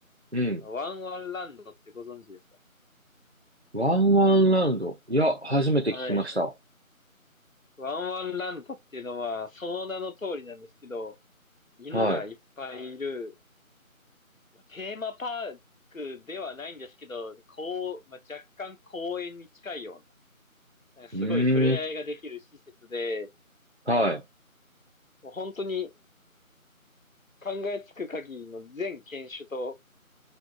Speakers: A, on the right; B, on the left.
A: うん。
B: あのワンワンランドってご存知ですか
A: ワンワンラウンド。いや、初めて聞きました。
B: はい。ワンワンランドっていうのは、その名の通りなんですけど、犬がいっぱいいる、
A: はい。
B: まあテーマパークではないんですけど、こう、まあ、若干公園に近いような、なんかすごい触れ合いができる施設で、
A: うーん。はい。
B: もう本当に考えつく限りの全犬種と